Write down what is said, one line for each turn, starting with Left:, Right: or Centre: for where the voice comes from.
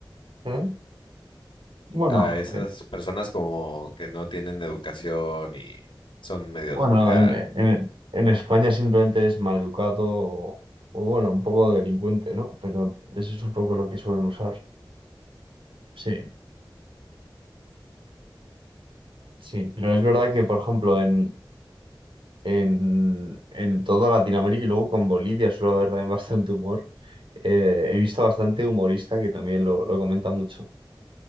Right: ¿eh? Bueno,
Left: a esas personas como que no tienen educación y son medios
Right: Bueno,
Left: vulgares.
Right: en, en- en España simplemente es maleducado o, o, bueno, un poco delincuente, ¿no? Pero eso es un poco lo que suelen usar. Sí, sí. Pero es verdad que, por ejemplo, en, en, en toda Latinoamérica y luego con Bolivia suele haber también <laughs> bastante humor. Eh, he visto bastante humorista que también lo, lo comenta mucho.